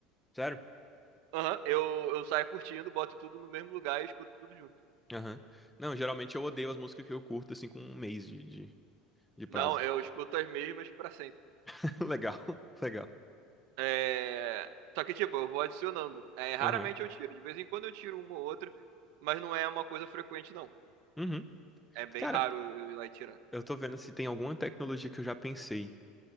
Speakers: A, in the centre; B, on the right.
A: Sério?
B: Aham, eu, eu saio curtindo, boto tudo no mesmo lugar e escuto tudo junto.
A: Aham. Não, geralmente eu odeio as músicas que eu curto, assim, com um mês de, de, de
B: Não,
A: prazo.
B: eu escuto as mesmas pra sempre.
A: <laughs> Legal, legal.
B: É... Só que, tipo, eu vou adicionando. É, raramente
A: Aham.
B: eu tiro. De vez em quando eu tiro uma ou outra, mas não é uma coisa frequente, não.
A: Uhum.
B: É bem
A: Cara,
B: raro eu eu ir lá e tirar.
A: Eu tô vendo se tem alguma tecnologia que eu já pensei.